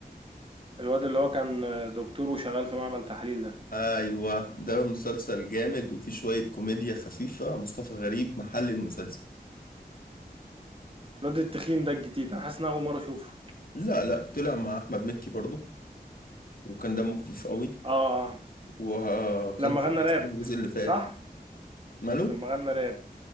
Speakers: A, on the right; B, on the left.
A: الواد اللي هو كان دكتور وشغال في معمل تحليل ده
B: ايوه ده مسلسل جامد وفيه شوية كوميديا خفيفة مصطفى غريب محل المسلسل
A: الواد التخين ده الجديد انا حاسس ان أنا اول مرة اشوفه
B: لا لا طلع مع احمد مكي برضه وكان دمه خفيف قوي
A: اه اه
B: وكان
A: لما
B: طلع
A: غنى راب
B: أصلاً الجزء اللي فات
A: صح
B: ماله
A: لما غنى راب